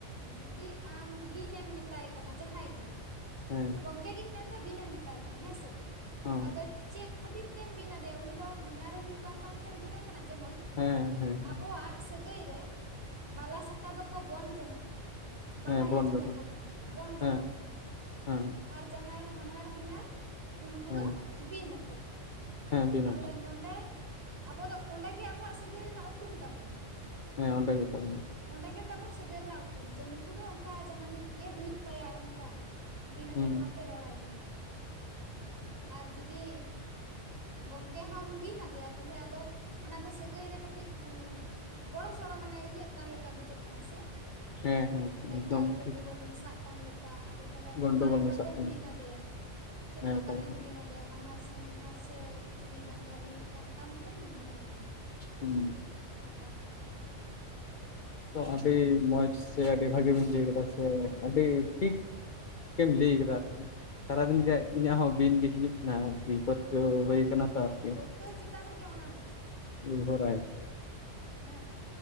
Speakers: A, on the right; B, on the left.
A: ᱡᱩᱫᱤ ᱟᱢ ᱵᱤᱱ ᱮᱢ ᱢᱮᱛᱟᱭ ᱠᱟᱱᱟ ᱡᱟᱸᱦᱟᱸᱭ ᱜᱮ
B: ᱦᱮᱸ
A: ᱜᱚᱢᱠᱮ ᱜᱤᱧ ᱢᱮᱱᱫᱟ ᱵᱤᱱᱮᱢ ᱢᱮᱛᱟᱭ ᱠᱟᱱᱟ ᱦᱮᱸ ᱥᱮ
B: ᱦᱚᱸ
A: ᱟᱫᱚ ᱪᱮᱫ ᱠᱷᱟᱹᱛᱤᱨ ᱛᱮᱢ ᱵᱤᱱ ᱟᱫᱮᱭᱟ ᱩᱱᱤ ᱫᱚ ᱦᱚᱧᱦᱟᱨᱮ ᱦᱩᱭᱩᱜ ᱠᱟᱱ ᱛᱟᱢ ᱛᱮᱢ ᱵᱤᱱᱟᱭ ᱠᱟᱱᱟ ᱡᱮᱢᱚᱱ
B: ᱦᱮᱸ ᱦᱮᱸ
A: ᱟᱵᱚᱣᱟᱜ ᱥᱟᱹᱜᱟᱹᱭ ᱨᱮ ᱵᱟᱞᱟᱥᱟᱠᱟ ᱫᱚᱠᱚ ᱵᱚᱱ ᱡᱚᱱᱚᱜᱼᱟ ᱵᱟᱞᱟᱭᱟ
B: ᱦᱮᱸ ᱵᱚᱱ
A: ᱡᱟᱸᱦᱟᱸᱭ
B: ᱡᱚᱜᱟᱲ
A: ᱠᱚ ᱠᱟᱱᱟ ᱠᱚ ᱵᱚᱱ ᱡᱚᱱᱚᱜ
B: ᱦᱮᱸ
A: ᱟᱠᱚ
B: ᱦᱮᱸ
A: ᱟᱨ ᱡᱟᱸᱦᱟᱸᱭ ᱦᱟᱱᱦᱟᱨ ᱦᱚᱧᱦᱟᱨ ᱩᱱᱠᱩ
B: ᱦᱮᱸ
A: ᱫᱚ ᱵᱤᱱ ᱟᱛᱮᱜ
B: ᱦᱮᱸ ᱵᱤᱱᱟᱹ
A: ᱛᱟᱦᱞᱮ ᱱᱚᱰᱮ ᱟᱵᱚ ᱫᱚ ᱚᱸᱰᱮ ᱜᱮ ᱟᱵᱚᱣᱟᱜ ᱥᱟᱹᱜᱟᱹᱭ ᱨᱮᱱᱟᱜ ᱩᱯᱨᱩᱢ ᱛᱟᱵᱚᱱ ᱫᱚ᱾
B: ᱦᱮᱸ ᱚᱸᱰᱮ ᱜᱮᱛᱟᱵᱩᱱ᱾
A: ᱚᱸᱰᱮ ᱜᱮᱛᱟᱵᱩᱱ ᱥᱟᱹᱜᱟᱹᱭ ᱨᱮᱱᱟᱜ ᱩᱯᱨᱩᱢ ᱡᱮ ᱱᱩᱠᱩ ᱫᱚ ᱚᱱᱠᱟ ᱡᱟᱦᱟᱱᱤᱡ ᱜᱮ ᱦᱩᱭᱩᱜ ᱛᱟᱭᱟᱭ ᱚᱱᱠᱟ, ᱵᱤᱱ ᱟᱛᱮ
B: ᱦᱮᱸ
A: ᱚᱱᱟᱛᱮ ᱨᱚᱲᱟᱭ ᱠᱟᱱᱟᱭ, ᱟᱨ ᱡᱩᱫᱤ ᱜᱚᱢᱠᱮ ᱦᱚᱢ ᱵᱤᱱ ᱟᱫᱮᱭᱟ ᱛᱟᱦᱞᱮ ᱟᱫᱚ ᱚᱱᱟ ᱫᱚ ᱥᱟᱹᱜᱟᱹᱭ ᱨᱮ ᱠᱟᱹᱴᱤᱡ ᱜᱚᱲᱚ ᱥᱚᱲᱚ ᱢᱟᱱᱮ ᱤᱭᱟᱹᱜ ᱠᱟᱱ ᱞᱮᱠᱟ ᱵᱩᱡᱷᱟᱹᱜ ᱠᱟᱱᱟ ᱥᱮ
B: ᱦᱮᱸ ᱦᱮᱸ
A: ᱪᱮᱫᱞᱮᱠᱟ
B: ᱮᱠᱫᱚᱢ
A: ᱜᱚᱱᱰᱚᱜᱚᱞ
B: ᱴᱷᱤᱠ
A: ᱢᱮᱥᱟᱜ ᱠᱟᱱ ᱞᱮᱠᱟ ᱟᱫᱚ ᱛᱟᱞᱦᱮ
B: ᱜᱚᱱᱰᱳᱜᱳᱞ
A: ᱚᱠᱟ ᱞᱮᱠᱟᱛᱮᱢ
B: ᱢᱮᱥᱟᱜ ᱠᱟᱱᱟ
A: ᱵᱤᱱ ᱟᱫᱮᱭᱟ ᱪᱮᱫ
B: ᱦᱮᱸ
A: ᱞᱮᱠᱟᱛᱮᱢ
B: ᱯᱟᱞᱮ ᱯᱟᱞᱮ
A: ᱵᱤᱱᱟ? ᱫᱮᱭᱟ ᱦᱟᱱᱦᱟᱨ ᱥᱮ ᱦᱚᱧᱦᱟᱨ ᱥᱮ ᱪᱤᱞᱤ ᱵᱟᱦᱧᱟᱨ ᱮ ᱦᱩᱭᱩᱜ ᱠᱟᱱ ᱛᱟᱢ ᱛᱮᱢ ᱵᱤᱱᱟᱭ ᱠᱟᱱᱟ?
B: ᱦᱩᱸ
A: ᱱᱚᱝᱠᱟᱱᱟᱜ ᱠᱟᱛᱷᱟ
B: ᱛᱚ ᱟᱰᱤ ᱢᱚᱡᱽ ᱥᱮ ᱟᱰᱤ ᱵᱷᱟᱜᱤᱵᱤᱱ ᱞᱟᱹᱭ ᱠᱟᱫᱟ ᱥᱮ ᱟᱰᱤ ᱴᱷᱤᱠ ᱴᱷᱤᱠᱮᱢ ᱞᱟᱹᱭ ᱠᱟᱫᱟ ᱟᱨᱠᱤ ᱥᱟᱨᱟᱫᱤᱱ
A: ᱦᱮᱸ
B: ᱜᱮ
A: ᱦᱮᱸ
B: ᱤᱧᱟᱹᱜ ᱦᱚᱸ ᱵᱤᱱ ᱜᱮ ᱦᱤᱡᱩᱜ ᱠᱟᱱᱟ ᱟᱨ ᱵᱤᱯᱚᱛ ᱛᱚ ᱦᱳᱭ ᱠᱟᱱᱟ ᱯᱟᱨᱠᱮ <inaudible>
A: ᱠᱟᱹᱪ ᱪᱮᱛᱟᱱ ᱨᱮᱜᱮ ᱚᱱᱟ ᱫᱚ <inaudible>
B: ᱱᱤᱨᱵᱷᱚᱨᱟᱭ
A: ᱦᱮᱸ